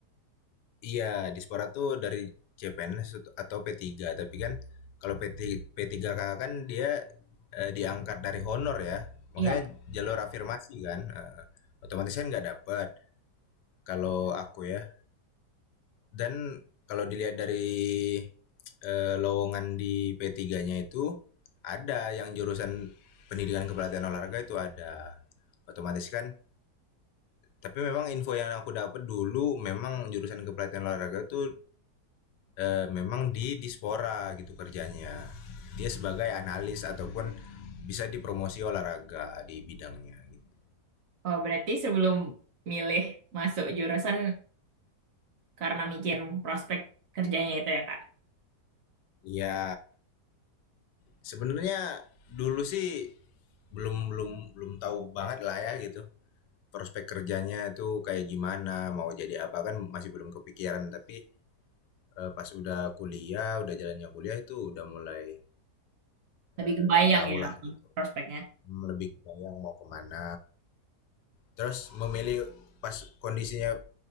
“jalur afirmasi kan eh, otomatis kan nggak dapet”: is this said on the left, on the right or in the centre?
Left